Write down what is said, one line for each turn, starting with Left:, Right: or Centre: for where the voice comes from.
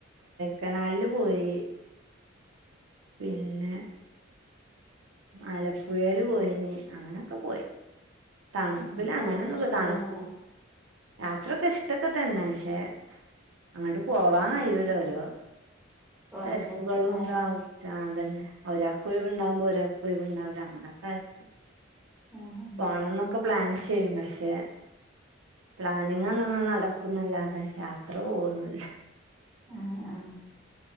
Right: കനാലില് പോയി പിന്നെ ആലപ്പുഴയില് പോയീനി അങ്ങനൊക്കെ പോയി തണുപ്പില്ല
Centre: ഉം യാത്ര
Right: അങ്ങനെഒന്നും
Centre: ഇഷ്ടപ്പെടാനല്ല
Right: തണു അത്രക്ക് ഇഷ്ട്ടൊക്കെ തന്നെ പക്ഷെ അങ്ങോട്ട് പോവാൻ കഴിയൂല ഓരോ
Centre: ഓരോരുത്തർക്ക്
Right: തെരക്ക്കള്
Centre: കാരണല്ലേ
Right: ണ്ടായി ട്ടാ അതന്നെ ഒരാക്ക് ഒയ്‌വ് ണ്ടാകുമ്പോ ഒരാ കൊയിവ്ണ്ടാവൂല അങ്ങനെക്കെ ആയിരിക്കും
Centre: ആഹ്
Right: പോണം ന്നൊക്കെ പ്ലാൻ ചെയ്യും പക്ഷെ പ്ലാനിങ് അങ്ങനെ നടക്കും ന്നല്ലാതെ യാത്ര പോവൊന്നുല്ല
Centre: ആ ആ